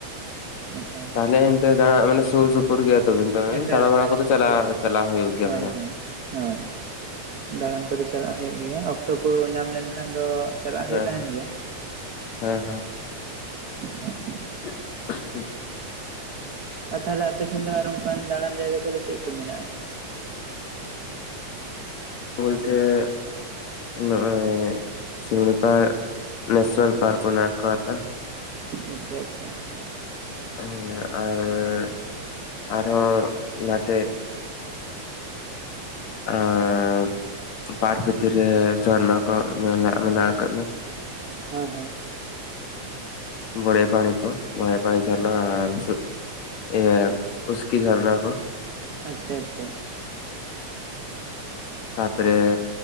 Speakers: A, on the right (about 55°); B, on the left (about 65°).
A: ᱮᱠᱟᱞ ᱾
B: ᱦᱟᱱᱮ ᱦᱟᱱᱛᱮ ᱫᱟᱬᱟ ᱢᱟᱱᱮ ᱥᱩᱨ ᱥᱩ ᱯᱩᱨ ᱜᱮᱭᱟ ᱛᱚᱵᱤᱱ ᱛᱚᱵᱮ, ᱫᱟᱬᱟᱱ
A: ᱮᱠᱟᱞ
B: ᱫᱟᱬᱟ
A: ᱮᱠᱟᱞ
B: ᱵᱟᱲᱟ ᱠᱚᱫᱚ ᱪᱟᱞᱟᱣ
A: ᱥᱩᱨ
B: ᱪᱟᱞᱟᱣ ᱦᱩᱭᱩᱜ ᱜᱮᱭᱟ
A: ᱦᱳᱭ
B: ᱢᱟᱱᱮ
A: ᱦᱳᱭ
B: ᱾
A: ᱦᱳᱭ ᱫᱟᱬᱟᱱ ᱠᱚᱫᱚ ᱪᱟᱞᱟᱜ ᱦᱩᱭᱩᱜ ᱜᱮᱭᱟ, ᱚᱠᱛᱚ ᱠᱚ ᱧᱟᱢ ᱞᱮᱱᱠᱷᱟᱱ ᱫᱚ ᱪᱟᱞᱟᱜ
B: ᱦᱮᱸ
A: ᱦᱩᱭᱩᱜ ᱛᱟᱸᱦᱮᱱ
B: ᱦᱮᱸ
A: ᱜᱮᱭᱟ ᱾
B: ᱦᱮᱸ ᱦᱮᱸ ᱾
A: <unintelligible>
B: <unintelligible>
A: ᱟᱨ ᱛᱟᱦᱚᱞᱮ ᱟᱯᱮᱥᱱ ᱫᱚ ᱟᱨ ᱚᱱᱠᱟᱱ ᱫᱟᱬᱟᱱ ᱡᱟᱭᱜᱟ ᱠᱚᱫᱚ ᱪᱮᱫ ᱠᱚ ᱢᱮᱱᱟᱜᱼᱟ?
B: ᱵᱚᱞᱛᱮ ᱱᱚᱜᱼᱚᱭ ᱥᱤᱢᱞᱟᱹ ᱯᱟᱨᱠ, ᱱᱮᱥᱱᱟᱞ ᱯᱟᱨᱠ ᱢᱮᱱᱟᱜ ᱠᱟᱛᱟ ᱾
A: ᱟᱪᱪᱷᱟ ᱟᱪᱪᱷᱟ ᱾
B: ᱦᱮᱸ ᱟᱨ, ᱟᱨᱦᱚᱸ ᱱᱟᱛᱮᱼᱼ ᱟᱨ ᱯᱟᱨᱠ ᱵᱷᱤᱛᱨᱤ ᱨᱮ ᱡᱷᱚᱨᱱᱟ ᱠᱚ ᱢᱮᱱᱟᱜ, ᱢᱮᱱᱟᱜ ᱠᱟᱫᱟ ᱾
A: ᱦᱳᱭ ᱦᱳᱭ ᱾
B: ᱵᱚᱲᱮ ᱯᱟᱱᱤ ᱠᱚ, ᱵᱚᱲᱮ ᱯᱟᱱᱤ ᱡᱷᱟᱨᱱᱟ ᱟᱨ ᱪᱮᱫ ᱤᱭᱟᱹ ᱩᱥᱠᱤ ᱡᱷᱚᱨᱱᱟ ᱠᱚ ᱾
A: ᱟᱪᱪᱷᱟ ᱟᱪᱪᱷᱟ ᱾
B: ᱛᱟᱯᱚᱨᱮ